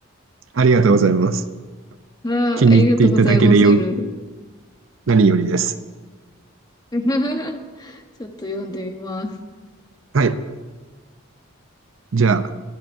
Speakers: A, on the right; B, on the left.
A: ありがとうございます。
B: あー、
A: 気に入っていただけでよ、
B: ありがとうございます、いろいろ。
A: 何よりです。
B: <laughs> ちょっと読んでみます。
A: はい。じゃあ。